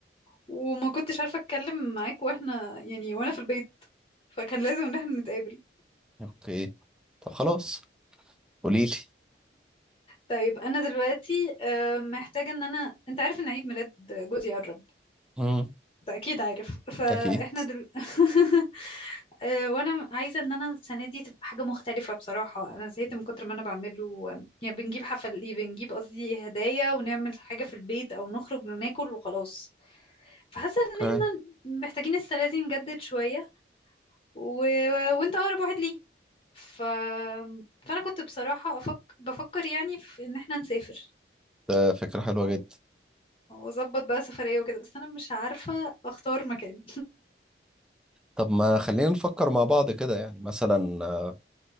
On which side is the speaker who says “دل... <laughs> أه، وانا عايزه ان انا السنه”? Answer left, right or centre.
Left